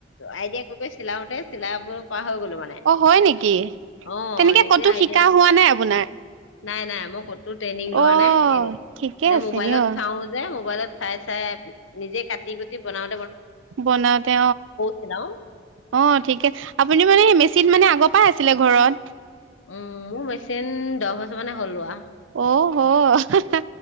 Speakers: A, on the left; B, on the right.
A: আইডিয়া কৈ কৈ চিলাওতে চিলাব পৰা।। হৈ গলো মানে
B: অ হয় নেকি,
A: অ
B: তেনেকে
A: নিজে
B: ক'তো
A: আইডিয়া
B: শিকা হোৱা নাই আপোনাৰ?
A: নাই নাই মই ক।। ট্ৰেইনিং লোৱা
B: অ
A: নাই এ
B: ঠিকে
A: এনে
B: আছে
A: মবাইলত
B: দিয়
A: চাওঁ।। মোবাইলত চাই চাই।। নিজে কাটি কুটি বনাওঁ।।
B: বনাওঁতে
A: চিলাও
B: অঁঠিকে আপুনি মানে মেচিন মানে আগত।। পাই আছিলে ঘৰত।
A: উম মোৰ মেচিন দহ বছৰ মানে হ'ল লোৱা।
B: অহ হ পিছে